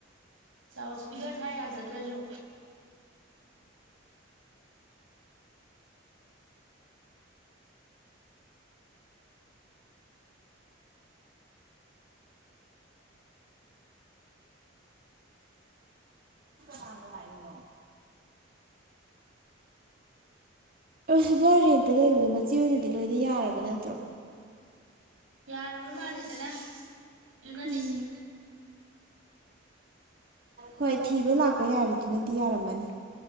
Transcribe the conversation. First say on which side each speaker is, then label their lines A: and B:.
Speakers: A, on the right; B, on the right.
A: ꯆꯥꯎꯁ ꯄꯤꯗꯔ ꯊꯑ ꯌꯥꯖꯗ꯭ꯔꯖꯣ
B: ꯆꯥꯡ ꯂ ꯂꯩꯅꯣ ꯑ ꯁꯤꯂ ꯔꯦꯟꯇ ꯂꯩꯕꯗꯣ ꯃꯆꯤ ꯑꯣꯏꯅꯗꯤ ꯂꯣꯏꯅ ꯌꯥꯔꯕ ꯅꯠꯇ꯭ꯔꯣ
A: ꯌꯥꯔꯕ꯭ꯔ ꯃꯥꯜꯂꯦꯗꯅ ꯑꯗꯨꯅꯗꯤ
B: ꯎꯝ ꯍꯣꯏ ꯊꯤꯕ ꯂꯥꯛꯄ ꯌꯥꯔꯤꯗꯨꯅꯗꯤ ꯌꯥꯔꯝꯃꯅꯤ